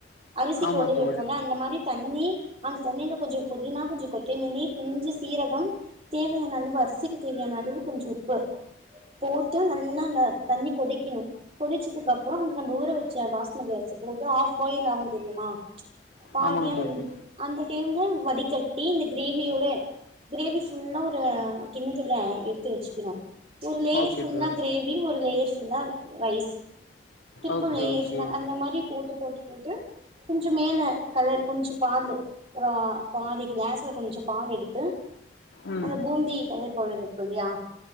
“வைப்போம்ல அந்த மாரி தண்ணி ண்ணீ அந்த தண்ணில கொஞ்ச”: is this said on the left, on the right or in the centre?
Right